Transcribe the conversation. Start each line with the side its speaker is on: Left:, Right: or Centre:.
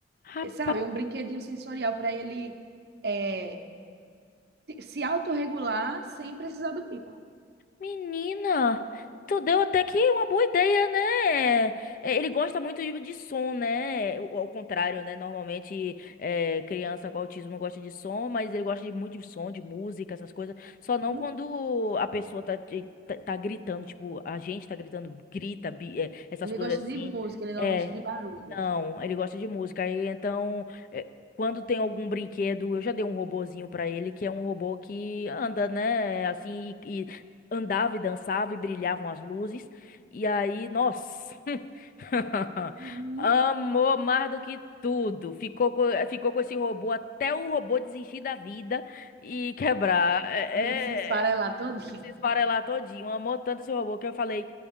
Left: rapaz,
Right: É, sabe? Um brinquedinho sensorial para ele é, se autorregular sem precisar do pico.
Left: menina, tu deu até que uma boa ideia, né? É, Ele gosta muito de, de som, né? O- Ao contrário, né? Normalmente, é, criança com autismo gosta de som, mas ele gosta de muito de som, de música, essas coisas. Só não
Right: Uhum.
Left: quando a pessoa tá, te- tá, tá gritando, tipo, a gente tá gritando, grita, bi- é, essas
Right: Ele
Left: coisas
Right: gosta
Left: assim.
Right: de música, ele não
Left: É,
Right: gosta de barulho.
Left: Não, ele gosta de música. Aí, então, é, quando tem algum brinquedo, eu já dei um robozinho pra ele, que é um robô que anda, né? Assim, e, e andava e dançava e brilhavam as luzes. E aí, nossa, <laughs>
Right: Uhum.
Left: amou mais do que tudo. Ficou com, ficou com esse robô até o robô desistir da vida e quebrar. É,
Right: E se esfarelar
Left: é,
Right: todinho.
Left: se esfarelar todinho. Amou tanto esse robô que eu falei,